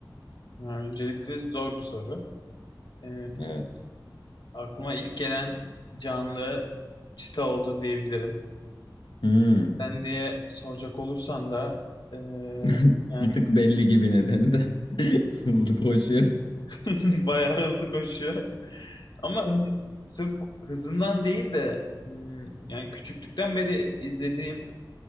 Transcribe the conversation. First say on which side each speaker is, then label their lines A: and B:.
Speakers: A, on the left (about 65°); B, on the left (about 80°).
A: Öncelikle zor bir soru. Ee,
B: Evet.
A: aklıma ilk gelen canlı çita oldu diyebilirim.
B: Hmm.
A: Sen diye soracak olursan da ee,
B: <laughs>
A: yani
B: Bir tık belli gibi nedeni de <laughs> hızlı koşuyor.
A: <laughs> bayağı hızlı koşuyor. Ama hani sırf hızından değil de hmm, yani küçüklükten beri izlediğim